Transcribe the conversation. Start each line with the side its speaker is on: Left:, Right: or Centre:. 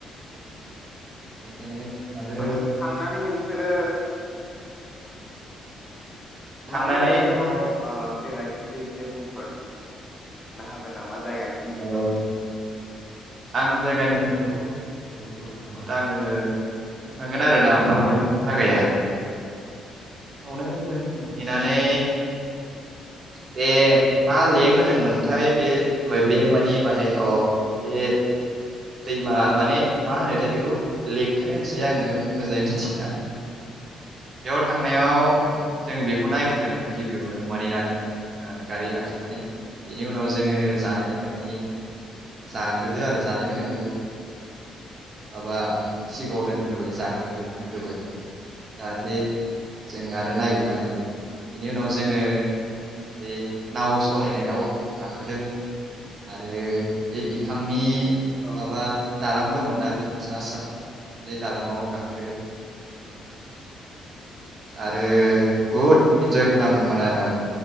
Right: बेखायनो आरो
Left: बां थांनानै नोंसोरो
Right: थांनानै
Left: मा मा जायगाफ्राव बेरायहैसै एसे बुंफोर थनो हागोन नामा जायगानि मुफोर
Right: औ आं जायगानि मुंखौथ' गोसोआव गैजो बा आङो बुंलांगोन आरोना माबायदिमोन जायागाया फआवनो जों मोनहैनानै बे मा लेक
Left: औ
Right: होनोमोनथाय
Left: औ बुंलाय एसे
Right: बे - बे माने माने अ बे दैमा माने मा होनोथाय बेखौ लेकखोनो होनसै आङो मोजाङै मिथिला बेयाव थांनायाव जों बेखौ नायग्रोदों गिबियावनो मोनहैनानै गारि लाखिनानै बेनि उनाव जोङो जानाय लोंनायनि जा होग्रोदो आरो जानाय लोंनायखौ माबा सिगाङाव दोनग्रोबाय जाग्रोबाय लोंग्रोबाय जाहाथे जों आरो नायबावनो हायो बेनि उनाव जोङो बे नाव सलायनायाव गाखोदों आरो बे बि थांनि
Left: औ
Right: माबा दालां दंमोन। ना बिफां सा - सा बे दालाङाव गाखो आरो बहुद इन्जय खालामदोंमोन आरो आं